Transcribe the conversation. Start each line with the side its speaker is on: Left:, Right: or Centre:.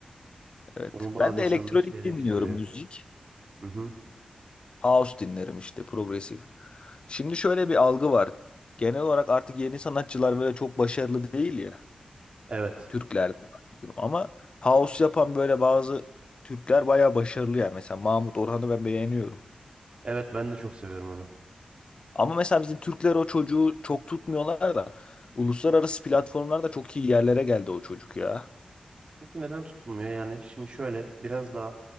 Left: Evet.
Right: Bunu bazı
Left: Ben
Right: insanlar
Left: de elektronik
Right: şeyde
Left: dinliyorum
Right: çeviriyor.
Left: müzik.
Right: Hı hı.
Left: House dinlerim işte progresif. Şimdi şöyle bir algı var. Genel olarak artık yeni sanatçılar böyle çok başarılı değil ya.
Right: Evet.
Left: Türklerden bahsediyorum. Ama house yapan böyle bazı Türkler bayağı başarılı ya. Mesela Mahmut Orhan'ı ben beğeniyorum.
Right: Evet ben de çok seviyorum onu.
Left: Ama mesela bizim Türkler o çocuğu çok tutmuyorlar da uluslararası platformlarda çok iyi yerlere geldi o çocuk ya.
Right: Çünkü neden tutulmuyor? Yani şimdi şöyle biraz daha